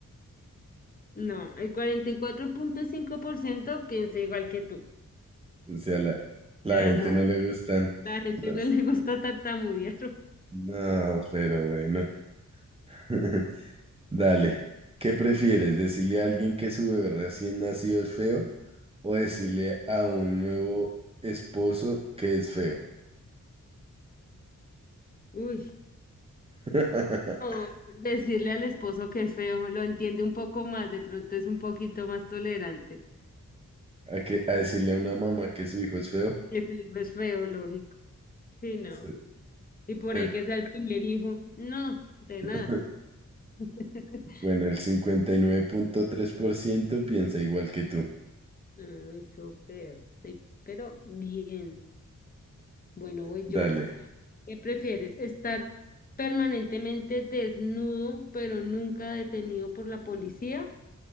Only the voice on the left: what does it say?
No, el cuarenta y cuatro punto cinco por ciento piensa igual que tú.
O sea,
no,
la gente
no le gusta tartamudear.
<laughs> Uy,
no, decirle al esposo que es feo, lo entiende un poco más, de pronto es un poquito más tolerante.
Que su es feo, lógico. Sí, no.
Y por
ahí que sea el primer hijo. No, tenaz.
<laughs>
Ay, súper. Sí, pero bien. Bueno, voy
yo. ¿Qué prefieres? ¿Estar permanentemente desnudo pero nunca detenido por la policía?